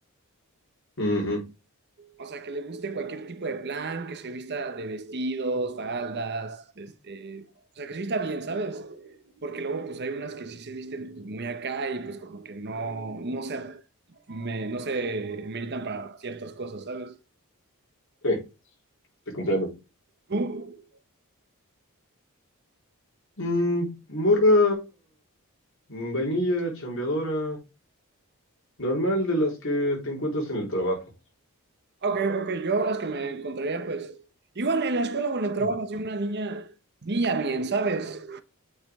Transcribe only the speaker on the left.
ujú,
Sí, te comprendo.
Mm, morra mm, vainilla, chambeadora, normal de las que te encuentras en el trabajo.
Mm.